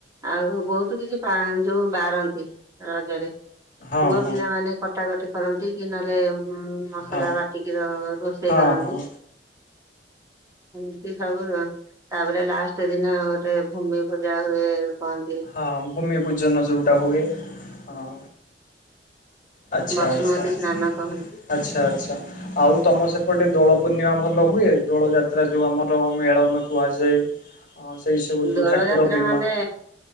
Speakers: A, on the right; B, on the left.
A: ଆଉ ବହୁତ କିଛି <unintelligible> ଯୋଉ ବାରନ୍ତି ରଜରେ
B: ହଁ
A: ପୁଅ
B: ହଁ
A: ପିଲାମାନେ କଟାକଟି କରନ୍ତି କି ନଲେ। ଉ ମସଲା
B: ହଁ
A: ବାଟିକି ରୋଷେଇ
B: ହଁ
A: କରନ୍ତି
B: ହଁ।
A: ଏମିତି ସବୁ ନା ତାପରେ ଲାଷ୍ଟ ଦିନ ଗୋଟେ ଭୂମି ପୂଜା ହୁଏ। କହନ୍ତି।
B: ହଁ ଭୂମି ପୂଜନ ଯେଉଟା ହୁଏ ହଁ। ଆଚ୍ଛା
A: ବସୁମତୀ
B: ଆଛା ଆଛା
A: ସ୍ନାନ କହନ୍ତି
B: ଆଚ୍ଛା ଆଛା ଆଉ ତମ ସେପ ପଟେ ଦୋଳ ପୂର୍ଣ୍ଣିମା ଭଲ ହୁଏ ଦୋଳ ଯାତ୍ରା ଯୋଉ ଆମର ମେଳନ କୁହାଯାଏ। ହଁ ସେଇ ସବୁ ଯୋଉ
A: ଦୋଳ
B: ଠାକୁର
A: ଯାତ୍ରା
B: ବିମାନ
A: ମାନେ